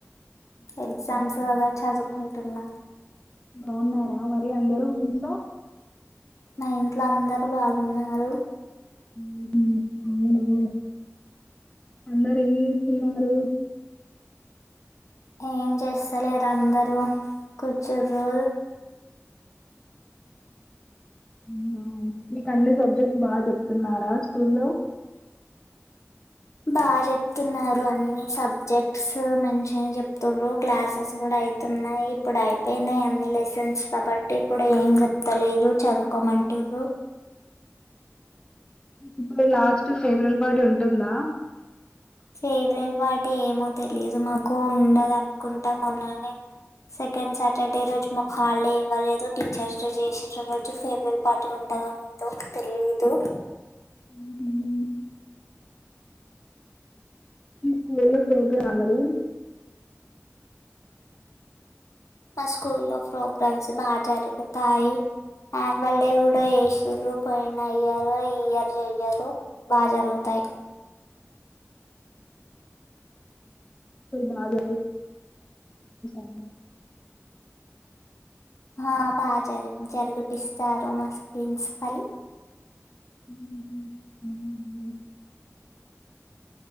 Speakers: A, on the left; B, on the left.
A: ఎగ్జామ్స్ కాద చదువుకుంటున్నాను
B: బాగున్నారా మరి అందరూ మీ ఇంట్లో
A: మా ఇంట్లో అందరు బాగున్నారు
B: మ్ హు అవున అందరు ఏం చేస్తున్నారు
A: ఏం చేస్తలేరు అందరూ కూర్చుర్రు
B: అవునా మీకు అన్ని సబ్జెక్ట్స్ బాగా చెప్తున్నారా స్కూల్లో
A: బాగా చెప్తున్నారు అన్ని సబ్జెక్ట్స్ మంచిగానే చెప్తుర్రు క్లాసెస్ కూడా అయితున్నాయి ఇప్పుడు అయిపోయినాయి అన్ని లెసన్స్ కాబట్టి ఇప్పుడు ఏం చెప్తలేరు చదువుకోమంటూర్రు
B: ఇప్పుడు లాస్ట్ ఫేవరల్ పార్టీ ఉంటుందా
A: ఫేవరల్ పార్టీ ఏమో తెలియదు మాకు ఉండదు అనుకుంటా మొన్ననే సెకండ్ సాటర్డే రోజు మాకు హాలిడే ఇవ్వలేదు టీచర్స్ డే చేసిర్రు రోజు ఫేవరల్ పార్టీ ఉంటదో లేదో తెలిదు
B: ఉమ్, మీ స్కూల్లో <unintelligible>
A: మా స్కూ లో ప్రోగ్రామ్స్ బాగా జరుగుతాయి ఆన్యువల్ డే కూడా ఏషిర్రు పోయిన ఇయరు ఈ ఇయర్ చెయ్యరు బాగా జరుగుతాయి
B: బాగా ట <inaudible>
A: ఆ బ చదివ్ జరిపిస్తారు మస్ ప్రిన్సిపాల్
B: ఉహూ అవునా